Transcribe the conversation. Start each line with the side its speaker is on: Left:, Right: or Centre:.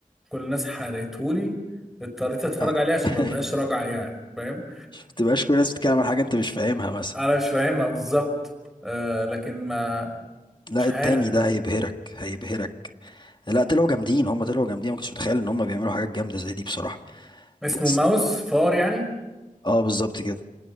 Centre: كل الناس حرقته لي اضطريت اتفرج
Left: آه.
Centre: عليه عشان
Left: <laughs>
Centre: ما بقاش راجعه يعني فاهم
Left: ما تبقاش كل الناس بتتكلم عن حاجه انت مش فاهمها مثلا
Centre: انا مش فاهمها بالظبط آه لكن ما
Left: لا
Centre: مش
Left: التاني
Centre: عارف
Left: ده هيبهرك هيبهرك لا طلعوا جامدين هم طلعوا جامدين ما كنتش متخيل ان هم بيعملوا حاجات جامده زي دي بصراحه
Centre: اسمه
Left: بس
Centre: ماوس فار يعني
Left: اه بالظبط كده